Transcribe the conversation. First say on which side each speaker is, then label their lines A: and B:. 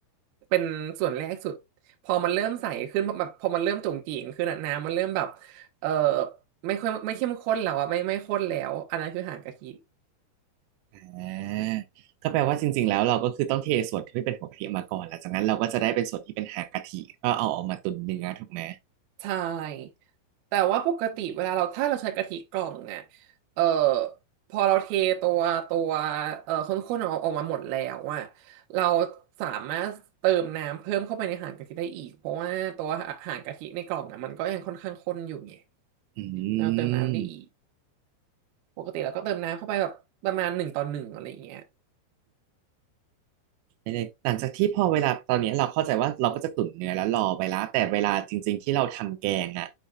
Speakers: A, on the right; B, on the right.
A: เป็นส่วนแรกสุดพอมันเริ่มใสขึ้นแบบพอมันเริ่มจุ๋งจิ๋งขึ้นอะน้ำมันเริ่มแบบเอ่อไม่ค่อยไม่เข้มข้นแล้วอะไม่ไม่ข้นแล้วอันนั้นคือหางกะทิ
B: อ่าก็แปลว่าจริงๆแล้วเราก็คือต้องเทส่วนที่เป็นหัวกะทิออกมาก่อนหลังจากนั้นเราก็จะได้เป็นส่วนที่เป็นหางกะทิก็เอาออกมาตุนเนื้อถูกไหม
A: ใช่ แต่ว่าปกติเวลาเราถ้าเราใช้กะทิกล่องเนี่ยเอ่อพอเราเทตัวตัวเอ่อข้นๆออกออกมาหมดแล้วอะเราสามารถเติมน้ำเพิ่มเข้าไปในหางกะทิได้อีกเพราะว่าตัวหางกะทิในกล่องอะมันก็ยังค่อนข้างข้นอยู่ไง
B: อื
A: เราเติมน้ำได้อีก
B: ม
A: ปกติเราก็เติมน้ำเข้าไปแบบประมาณหนึ่งต่อหนึ่งอะไรอย่างเงี้ย
B: ไม่ได้หลังจากที่พอเวลาตอนนี้เราเข้าใจว่าเราก็จะตุ๋นเนื้อแล้วรอไปแลวแต่เวลาจริงๆที่เราทำแกงอ่ะ